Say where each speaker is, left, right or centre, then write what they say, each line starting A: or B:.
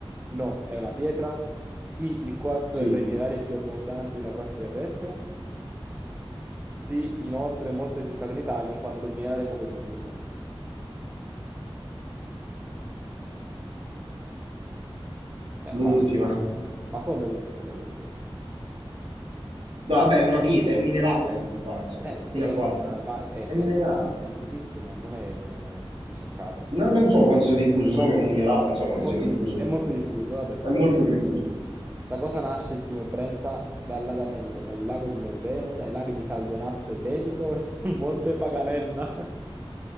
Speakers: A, on the right; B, on the right.
A: No, è una pietra? Sì, il quarzo
B: sì,
A: è tra i minerali più abbondanti della crosta terrestre. Sì, inoltre è molto ricercato in Italia in quanto un minerale poco diffuso. È
B: l'ultima.
A: facile. Ma come l'ultimo? Vabbè, l'ultimo.
B: No, vabbè, è una pietra, è un minerale il quarzo,
A: Eh sì,
B: fino
A: è
B: a qua.
A: un minerale, ma è,
B: È
A: è-
B: minerale.
A: è diffusissimo, non è ricercato.
B: No, non so quanto sia diffuso, so che è un minerale, non so quanto
A: È molto,
B: sia diffuso.
A: di- è
B: effettivamente.
A: molto diffuso, vabbè.
B: È molto diffuso.
A: Da cosa nasce il fiume Brenta? Dall'Adamello, dal lago di Molveno, dai laghi di Caldonazzo e Levico, e dal Monte Paganella.